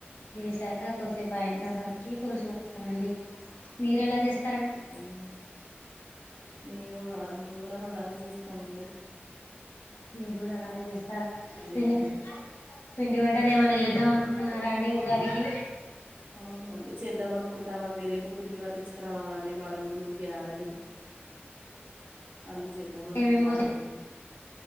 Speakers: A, on the left; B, on the right.
A: వేసాక కొసెప్ పయిన
B: ఉహు
A: తర్వాత్కి పుల్సు పోా అండి మీరెలా చేస్
B: అవునా మేము మేము కూడ అలానే చేూస్తామండి
A: మీరు కూడ అలానే చేస్తారా పిండి
B: మేము కూడా
A: పిండి వంటలు ఏమన్నా చేద్దాం అనుకుంటున్నారా అండి ఉగాదికి
B: అవునండి చేద్దాం అనుకుంటామండి రేపు పిండి పట్టించుకురావాలండి మడుగులు గ్యారెలు అన్నీ చేద్దాం అనుకుంటానమండి
A: ఏమేం పో